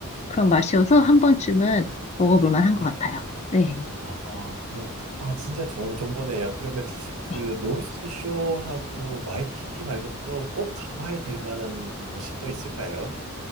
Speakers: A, on the left (about 30°); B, on the right (about 75°).
A: 그런 맛이어서 한 번쯤은 먹어볼 만한
B: 네.
A: 것 같아요. 네.
B: 아, 네. 아, 진짜 좋은 정보네요. 그러면 그
A: 네.
B: 노스쇼하고 와이키키 말고 또 꼭 가봐야 될 만한 곳이 또 있을까요?